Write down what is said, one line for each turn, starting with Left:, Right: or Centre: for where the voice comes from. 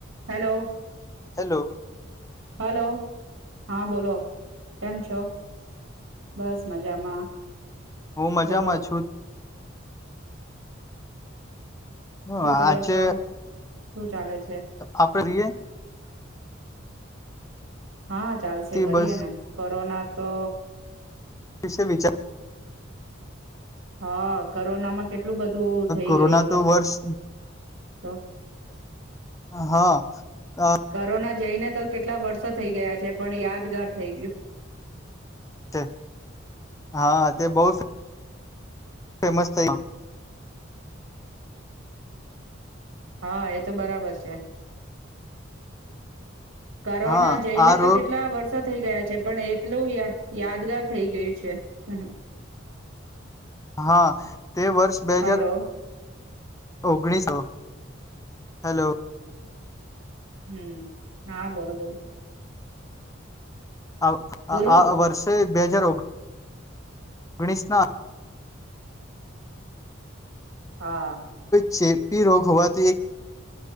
Right: Hello.
Left: Hello.
Right: Hello, હા, બોલો. કેમ છો? બસ મજામાં.
Left: હું મજામાં
Right: બોલો
Left: છું. હં
Right: શું કરો
Left: આજે
Right: છો શું ચાલે છે
Left: આપણે રીએ
Right: હા, ચાલશે કરીએ
Left: બસ
Right: ને કોરોના તો
Left: વિસે વિચાર
Right: હા, કરોનામાં કે ટલું બધું થઇ
Left: કોરોના
Right: ગયેલું
Left: તો
Right: હતું.
Left: વર્ષ
Right: તો
Left: <inaudible> હા, અ
Right: કોરોના જઈને તો કેટલા વર્ષો થઈ ગયા છે. પણ યાદગાર થઈ ગ્યું.
Left: તે હા તે બહુ ફેમસ થઈ
Right: હા એ તો બરાબર છે. કરોના
Left: હા
Right: જઈને
Left: આ
Right: તો
Left: રોગ
Right: કેટલા વર્ષો તો થઈ ગયા છે પણ એક એટલું યા યાદગાર થઈ ગયું છે હુહ હુહ
Left: હા તે વર્ષ બે હજાર
Right: હલો
Left: ઓગણીસો હલોવ
Right: હુમ હા બોલો બોલો
Left: આ
Right: બોલો
Left: આ આ વર્ષે જ બે હજાર ઓગ ઓગણીસના
Right: હા
Left: <inaudible> પી રોગ હોવાથી એક